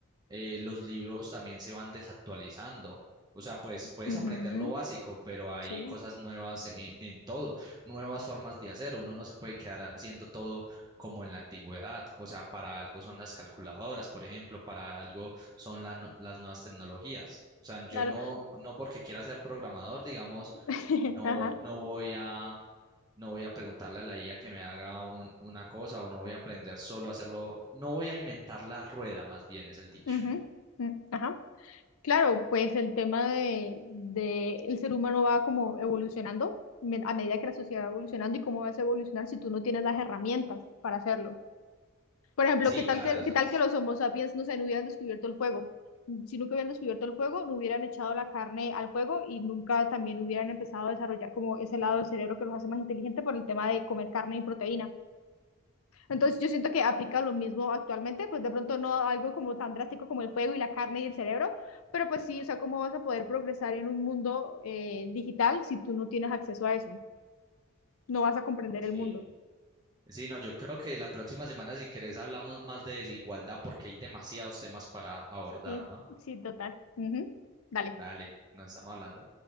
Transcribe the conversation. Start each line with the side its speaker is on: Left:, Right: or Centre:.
Right: eh, los libros también se van desactualizando. O sea, pues puedes
Left: Ujú,
Right: aprender lo básico, pero hay
Left: Sí,
Right: cosas nuevas en, en todo, nuevas formas de hacer. Uno no se puede quedar haciendo todo como en la antigüedad. O sea, para algo son las calculadoras, por ejemplo, para algo son la nu- las nuevas tecnologías. O sea, yo
Left: claro.
Right: no, no porque quiera ser programador, digamos,
Left: <laughs>
Right: no,
Left: Ajá.
Right: no voy a, no voy a preguntarle a la IA que me haga un- una cosa o no voy a aprender solo a hacerlo, no voy a inventar la rueda, más bien es el dicho.
Left: ujú, mm, Ajá. Claro, pues el tema de, de el ser humano va como evolucionando me- a medida que la sociedad va evolucionando y cómo vas a evolucionar si tú no tienes las herramientas para hacerlo. Por ejemplo,
Right: Sí,
Left: ¿qué tal
Right: claro,
Left: que,
Right: exacto.
Left: qué tal que los Homo sapiens no se no hubieran descubierto el fuego? Si nunca hubieran descubierto el fuego, no hubieran echado la carne al fuego y nunca también hubieran empezado a desarrollar como ese lado del cerebro que los hace más inteligentes por el tema de comer carne y proteína. Entonces yo siento que aplica lo mismo actualmente, pues de pronto no algo como tan drástico como el fuego y la carne y el cerebro, pero pues sí, o sea, ¿cómo vas a poder progresar en un mundo eh, digital si tú no tienes acceso a eso? No vas a comprender
Right: Sí.
Left: el mundo.
Right: Sí, no, yo creo que la próxima semana, si querés, hablamos más de desigualdad porque hay demasiados temas para abordar,
Left: Sí,
Right: ¿no?
Left: sí, total. Ujú. Dale.
Right: Dale, nos estamos hablando.